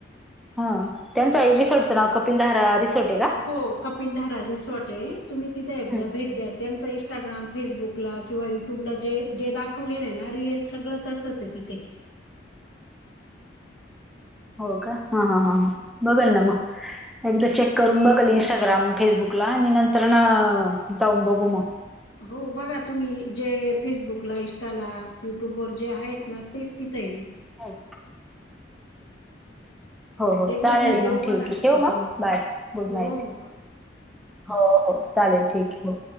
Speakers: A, in the centre; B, on the left.
A: हा त्यांचचा रिसॉर्टच नाव कपिल दारा रिसोर्ट.
B: हो कपिल धारा रिसॉर्ट आहे तुम्ही तिथे एकदा
A: हम्म.
B: भेट द्या. त्यांच इंस्टाग्राम फेसबुकला किंवा युट्यूबला जे जे दाखवलेलं आहे ना रीलस सगळं तस सच तिथे.
A: हो का हा हा हा हा बघल ना म. ह. एकदा चेक करून बघाल इं्स्टाग्राम फेसबुकला आणि नंतर ना जाऊन बघू मग.
B: हो बघा तुम्ही जे फेसबुकला इंस्टाला युट्यूबवर जे आहेत ना तेच तिथेही.
A: हो. हो हो
B: एकदा
A: चालेल
B: भेट देऊन
A: मग
B: बघा
A: ठीक आहे
B: नक्की
A: ठेव मग
B: तुम्ही.
A: बाय गुड
B: हो,
A: नाईट.
B: हो. बाय.
A: हो हो चालेल ठीक आहे.